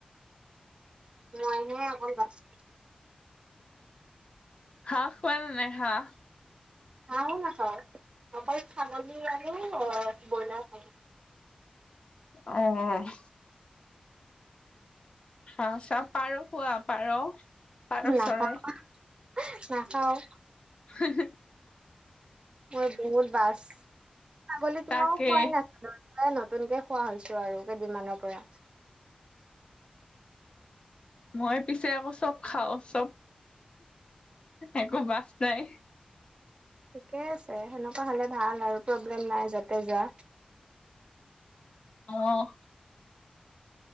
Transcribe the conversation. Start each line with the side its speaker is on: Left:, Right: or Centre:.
Right: মইহে অকল বাছো।
Left: হাঁহ খোৱা নে নাই হাঁহ।
Right: হাঁহো নাখাও অকল ছাগলী আৰু অ', ব্ৰইলাৰ খাওঁ।
Left: অ', অ'। হাঁহ চাহ পাৰ খোৱা, পাৰ। পাৰ
Right: নাখাওঁ,
Left: চৰাই
Right: নাখাওঁ।
Left: হি হি
Right: মই বহুত বাছ ছাগলী তোমাও
Left: তাকে
Right: খোৱাই নাই। লৈ পেলাই নতুনকে খোৱা হৈছোঁ আৰু কেইদিনমানৰ পৰা
Left: মই পিছে আকৌ চব খাওঁ চব একো বাছ নাই।
Right: ঠিকে আছে, সেনেকুৱা হলে ভাল আৰু প্ৰব্লেম নাই যতে যোৱা
Left: অ'।